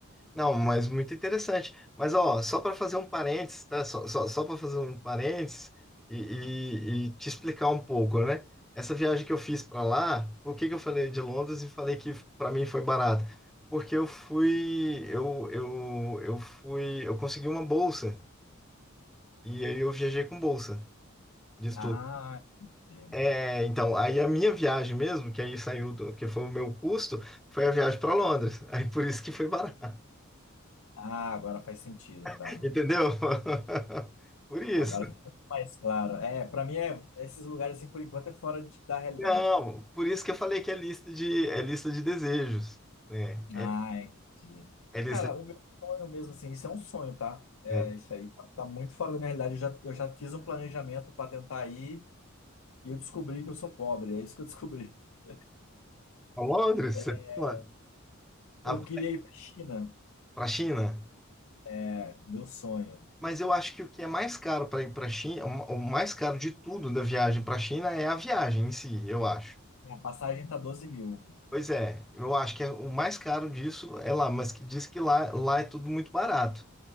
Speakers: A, in the centre; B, on the left.
A: Não, mas muito interessante. Mas ó, só para fazer um parênteses, tá? Só, só, só para fazer um parênteses e, e- e te explicar um pouco, né? Essa viagem que eu fiz para lá, por que que eu falei de Londres e falei que para mim foi barato? Porque eu fui, eu, eu, eu fui, eu consegui uma bolsa e aí eu viajei com bolsa de estudo.
B: Ah, é.
A: É, então, aí a minha viagem mesmo, que aí saiu do, que foi o meu custo, foi a viagem para Londres. <laughs> Aí por isso que foi barato,
B: Ah, agora faz sentido,
A: <laughs>
B: tá?
A: entendeu? <laughs> Por isso.
B: Agora ficou mais claro. É, pra mim é esses lugares assim por enquanto é fora de- da realidade.
A: Não, por isso que eu falei que é lista de, é lista de desejos, né? É,
B: Ah, entendi.
A: é lista
B: Cara,
A: de,
B: o meu sonho mesmo assim, isso é um sonho, tá? É,
A: é,
B: isso aí tá, tá muito fora da minha realidade. Eu já, eu já fiz um planejamento pra tentar ir e eu descobri que eu sou pobre. É isso que eu descobri. <laughs>
A: pra Londres,
B: É,
A: você fala, a-
B: Eu queria ir pra China,
A: pra China.
B: É, meu sonho.
A: Mas eu acho que o que é mais caro para ir para China, o o mais caro de tudo da viagem para a China é a viagem em si, eu acho.
B: A passagem tá 12 mil.
A: Pois é, eu acho que é, o mais caro disso é lá, mas que diz que lá, lá é tudo muito barato.